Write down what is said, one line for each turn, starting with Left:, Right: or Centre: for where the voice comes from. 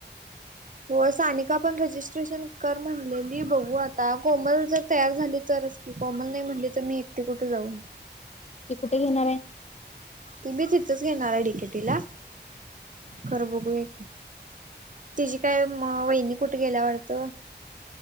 Left: <inaudible>
Right: हो सानिका पण रजिस्ट्रेशन कर म्हणलेली बघू आता कोमल जर तयार झाली.. तरच की कॉमन नाही म्हटले तर मी एकटे कुठे जाऊन...
Left: की कुठे घेणार आहे?
Right: ती बी तिथचं घेणार आहे डिकेटीला खरं बघूया की... तिची काय म अ वहिनी कुठं गेली आहे वाटतं?